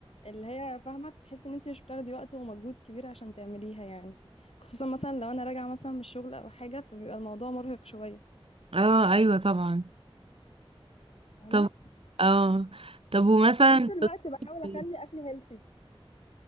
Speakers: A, on the left (about 80°); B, on the right (about 65°).
A: اللي هي فاهمه تحس ان انت مش بتاخدي وقت ومجهود كبير عشان تعمليها يعني خصوصا مثلا لو انا راجعه مثلا من الشغل او حاجه فبيبقى الموضوع مرهق شويه
B: اه ايوه طبعا
A: فاهمه
B: طب اه طب ومثلا
A: وفي نفس الوقت
B: <laughs>
A: بحاول
B: كنت-
A: اخلي اكلي هيلثي